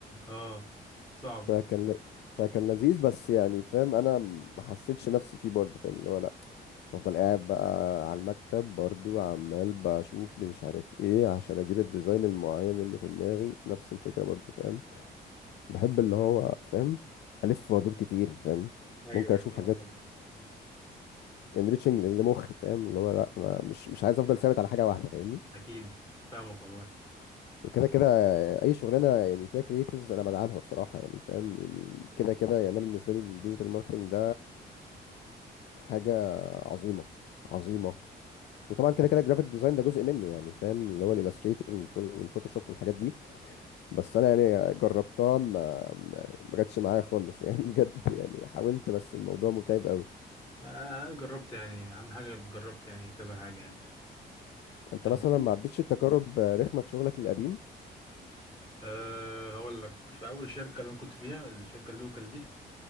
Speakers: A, on the left; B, on the left.
A: اه صعب
B: فكان ل... فكان لذيذ بس يعني فاهم انا ما حسيتش نفسي فيه برضه فاهم اللي هو لا هفضل قاعد بقى على المكتب برضه عمال بشوف مش عارف ايه عشان اجيب الديزاين المعين اللي في دماغي نفس الفكره برضه فاهم بحب اللي هو فاهم الف وادور كتير فاهم
A: أيوه
B: ممكن
A: أيوة،
B: اشوف
A: فاهمك
B: حاجات
A: والله آه،
B: انريتشنج لمخي فاهم اللي هو لا انا مش مش عايز افضل ثابت على حاجه واحده فاهمني
A: أكيد فاهمك والله
B: وكده كده اي شغلانه يعني فيها كرييتيفز انا بدعمها بصراحه يعني فاهم يعني كده كده يعني انا بالنسبه لي الديجيتال ماركتنج حاجة عظيمة عظيمة وطبعا كده كده الجرافيك ديزاين ده جزء منه يعني فاهم اللي هو الالستريتور والفوتوشوب والحاجات دي بس انا يعني جربتها ما ما ما جاتش معايا خالص يعني <laughs> بجد يعني حاولت بس الموضوع متعب قوي
A: أنا أنا جربت يعني أهم حاجة جربت يعني كذا حاجة يعني
B: انت
A: طب
B: مثلا ما عدتش التجارب رخمة في شغلك القديم
A: أه هقول لك في أول شركة اللي أنا كنت فيها الشركة اللوكال دي